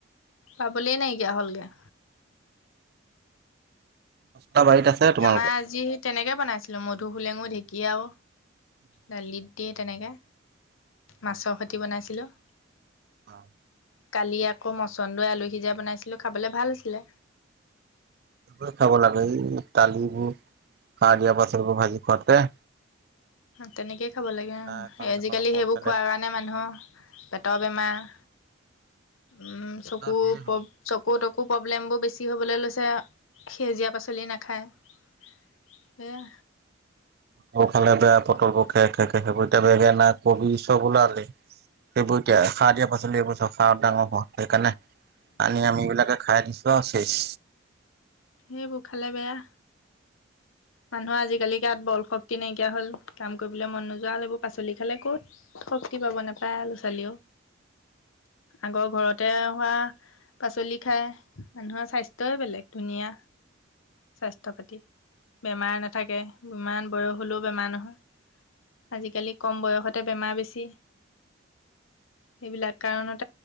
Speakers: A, on the left; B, on the right.
A: পাবলে নাইকিয়া হ'লগে
B: পচলা বাৰীত আছে তোমালোকৰ?
A: আমাৰ আজি তেনেকে বনাইছিলো মধু হোলেঙো ঢেকীয়াও দালিত দিয়ে তেনেকৈ মাছৰ খতি বনাইছিলোঁ
B: অ <unintelligible>
A: কালি আকৌ মচন্দই আলু সিজাই বনাইছিলোঁ খাবলৈ ভাল আছিলে।
B: চব খাব লাগে, এই দালিবোৰ সাৰ দিয়া পাচলিবোৰ ভাজি খোৱাতকে
A: তেনেকে খাব লাগে, আৰু
B: এখন
A: আজিকালি
B: দুখন অকণ
A: সেইবোৰ
B: বেলেগ
A: খোৱাৰ কাৰণে মানুহৰ পেটৰ বেমাৰ উম চকু
B: ধেৰ হ'ব।
A: চকু প্ৰব্লেমবোৰ বেছি হ'বলৈ লৈছে, সেউজীয়া পাচলি নাখায়। সেয়া
B: পটল খালে বেয়া পটলবোৰ খে খে খে সেইবোৰ এতিয়া বেঙেনা কবি চব ওলালে সেইবোৰ এতিয়া সাৰ দিয়া পাচলি এইবোৰ সাৰত ডাঙৰ হোৱা সেইকাৰণে আনি আমি বিলাকে খাই দিছো শেষ
A: সেইবোৰ খালে বেয়া মানুহ আজিকালি গাত বল শক্তি তে নাইকিয়া হ'ল কাম কৰিবলৈ মন নোযোৱা হল পাচলি খালে ক'ত শক্তি পাব নাপায় ল'ৰা ছোৱালীও আগৰ ঘৰতে হোৱা পাচলি খায় মানুহৰ স্বাস্থ্যই বেলেগ ধুনীয়া স্বাস্থ্য পাতি বেমাৰ নাথাকে ইমান বয়স হলেও বেমাৰ নহয় আজিকালি কম বয়সতে বেমাৰ বেছি এইবিলাক কাৰণত